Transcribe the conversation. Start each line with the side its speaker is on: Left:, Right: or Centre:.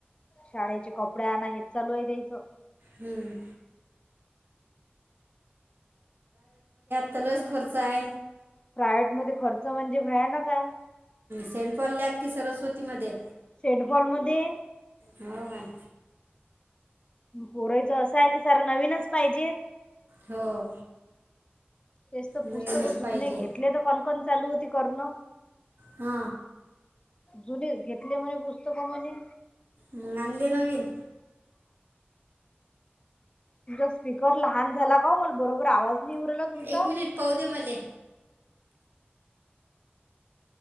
Left: शाळेचे कपडेया आण हेच चालू आहे द्यायचं
Right: हम्म तेलाचं खर्च आहे
Left: प्रायव्हेट मध्ये खर्च म्हणजे भयानाक हाय
Right: सेंट पॉलल्यात कि सरस्वती मध्ये
Left: शेंडफॉल मध्ये
Right: होऊ काय
Left: पुरयचं असं आहे की सर नवीनच पाहिजे
Right: हो
Left: तेच तर
Right: नवीनच
Left: पुस्तक जुने
Right: पाहिजे
Left: घेतले तर कणकण चालू होती करण
Right: हा
Left: जुनीच घेतले म्हणे पुस्तक म्हणे
Right: मग आणले नवीन
Left: तुझा स्पीकर लहान झाला का ओ मला बरोबर आवाज नाही येऊ राहिला तुमचा.
Right: एक मिनिट पाहून दे मले